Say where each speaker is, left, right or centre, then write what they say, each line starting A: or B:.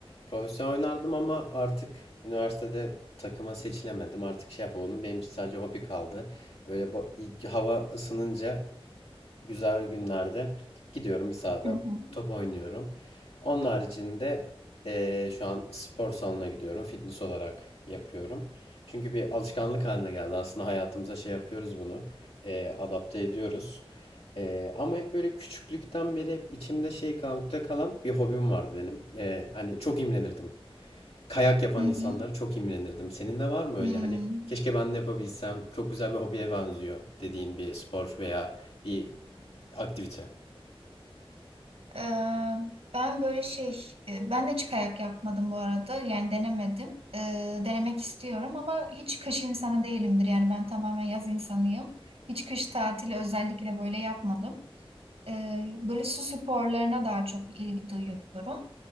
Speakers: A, on the left; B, on the right.
A: Profesyonel oynardım ama artık üniversitede takıma seçilemedim. Artık şey yapamadım. Benim için sadece hobi kaldı. Böyle bu, hava ısınınca güzel günlerde gidiyorum bir sahada
B: Hı hı.
A: top oynuyorum. Onun haricinde eee, şu an spor salonuna gidiyorum. Fitness olarak yapıyorum. Çünkü bir alışkanlık haline geldi. Aslında hayatımıza şey yapıyoruz bunu. eee, adapte ediyoruz. Eee, ama hep böyle küçüklükten beri içimde şey kalmakta kalan bir hobim vardı benim. Eee, hani çok imrenirdim. Kayak yapan
B: Hı hı.
A: insanlara çok imrenirdim. Senin de var mı
B: Hmm.
A: öyle hani keşke ben de yapabilsem çok güzel bir hobiye benziyor dediğin bir spor veya bir Aktivite.
B: Ee, ben böyle şey, e, ben de çık yapmadım bu arada. Yani denemedim. Ee, denemek istiyorum ama hiç kış insanı değilimdir. Yani ben tamamen yaz insanıyım. Hiç kış tatili özellikle böyle yapmadım. Ee, böyle su sporlarına daha çok ilgi duyuyorum.